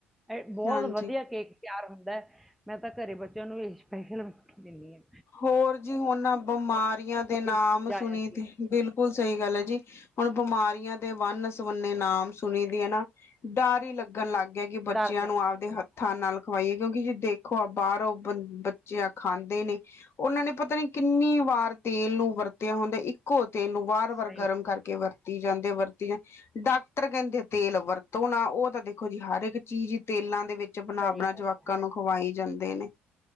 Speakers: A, in the centre; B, on the left.
A: ਇਹ ਬਹੁਤ
B: ਹਾਂਜੀ।
A: ਵਧੀਆ ਕੇਕ ਤਿਆਰ ਹੁੰਦਾ, ਮੈਂ ਤਾਂ ਘਰੇ ਬੱਚਿਆਂ ਨੂੰ ਇਹੀ ਸਪੈਸ਼ਲ ਬਣਾ ਕੇ ਦਿੰਦੀ ਆਂ।
B: ਹੋਰ ਜੀ, ਹੁਣ ਬਿਮਾਰੀਆਂ ਦੇ
A: ਥੋੜੀ
B: ਨਾਮ
A: ਜਾ
B: ਸੁਣੀ
A: ਆਂਦੀ
B: ਤੇ ਬਿਲਕੁਲ ਸਹੀ ਗੱਲ ਐ ਜੀ, ਹੁਣ ਬਿਮਾਰੀਆਂ ਦੇ ਵੰਨ- ਸਵੰ ਦੇ ਨਾਮ ਸੁਣੀ ਦੇ ਐ ਨਾ, ਡਰ ਹੀ ਲੱਗਣ ਲੱਗ ਗਿਆ ਕਿ
A: ਹੈ
B: ਬੱਚਿਆਂ
A: ਡਰ ਜਾਂਦੀ
B: ਨੂੰ ਆਪਦੇ
A: ਹੈ ਮੈਨੂੰ
B: ਹੱ ਹੱਥਾਂ ਨਾਲ ਖਵਾਈਏ, ਕਿਉਂਕਿ ਜੇ ਦੇਖੋ ਆ ਬਾਹਰੋਂ ਬ ਬੱਚੇ ਆ ਖਾਂਦੇ ਏ ਨੀ। ਉਹਨਾਂ ਨੇ ਪਤਾ ਨੀ ਕਿੰਨੀ ਵਾਰ ਤੇਲ ਨੂੰ ਵਰਤਿਆ ਹੁੰਦਾ, ਇੱਕੋ ਤੇਲ ਨੂੰ ਵਾਰ- ਵਾਰ
A: ਸਹੀ
B: ਗਰਮ
A: ਗੱਲ
B: ਕਰਕੇ ਵਰਤੀ ਜਾਂਦੇ, ਵਰਤੀ ਜਾਂ ਡਾਕਟਰ ਕਹਿੰਦੇ ਤੇਲ ਵਰਤੋ ਨਾ, ਉਹ ਤਾਂ ਦੇਖੋ ਜੀ, ਹਰ ਇੱਕ ਚੀਜ਼ ਤੇਲਾਂ ਦੇ ਵਿੱਚ ਬਣਾ-ਬਣਾ
A: ਸਹੀ ਗੱਲ
B: ਜਵਾਕਾਂ
A: ਹੈ
B: ਨੂੰ ਖਵਾਈ ਜਾਂਦੇ ਨੇ।